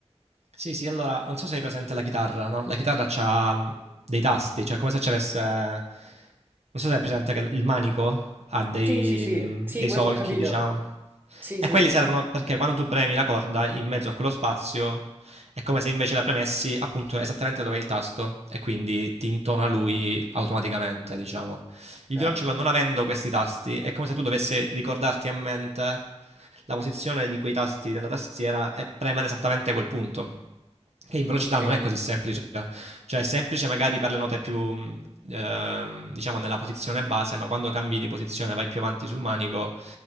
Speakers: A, on the right; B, on the right.
A: Sì, sì, allora, non so se hai presente la chitarra, no? La chitarra c'ha mh, dei tasti, cioè come se ci avesse... Non so se hai presente che il manico ha dei,
B: Sì, sì, sì,
A: mh,
B: sì,
A: dei
B: quel-
A: solchi,
B: ho capito.
A: diciamo.
B: Sì,
A: E
B: sì,
A: quelli
B: sì.
A: servono perché quando tu premi la corda in mezzo a quello spazio è come se invece la premessi appunto esattamente dove è il tasto e quindi ti intona lui automaticamente, diciamo. Il
B: Chiaro.
A: violoncello non avendo questi tasti è come se tu dovessi ricordarti a mente la posizione di quei tasti della tastiera e premere esattamente quel punto. Che in velocità
B: Ok.
A: non è così semplice, cioè è semplice magari per le note più, eh, diciamo, nella posizione base, ma quando cambi di posizione vai più avanti sul manico,